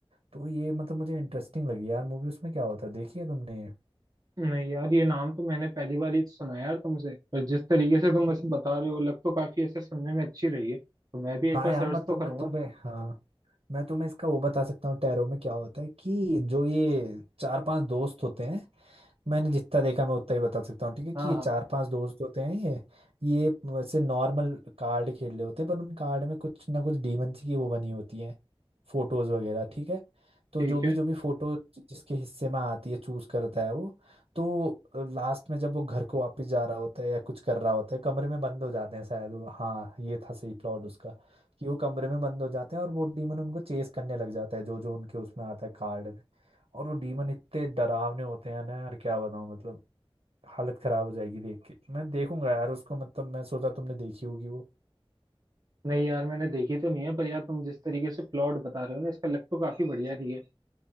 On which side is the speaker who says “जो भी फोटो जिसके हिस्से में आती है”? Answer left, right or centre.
Right